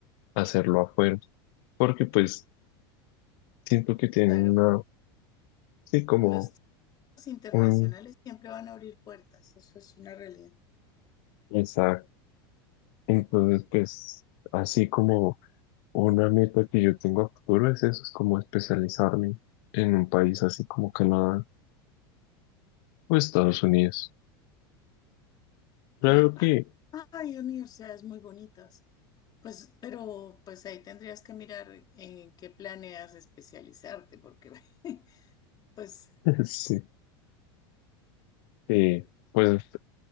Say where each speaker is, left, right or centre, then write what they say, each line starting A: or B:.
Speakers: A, on the left; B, on the left.
A: hacerlo afuera, porque pues siento que tienen
B: Claro,
A: una, sí, como
B: los chicos internacionales
A: un...
B: siempre van a abrir puertas, eso es una realidad.
A: Exacto. Entonces, pues así como... Una meta que yo tengo a futuro es eso, es como especializarme en un país así como Canadá o Estados Unidos. Claro
B: Bueno,
A: que
B: acá hay universidades muy bonitas, pues, pero pues ahí tendrías que mirar en qué planeas especializarte, porque <laughs> pues,
A: <laughs> sí, eh, pues